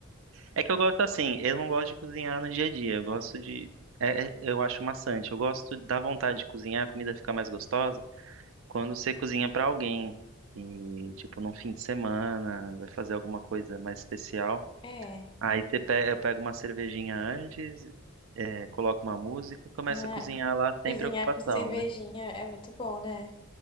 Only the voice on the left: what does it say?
É.
Ah,
cozinhar
com cervejinha
é muito bom, né?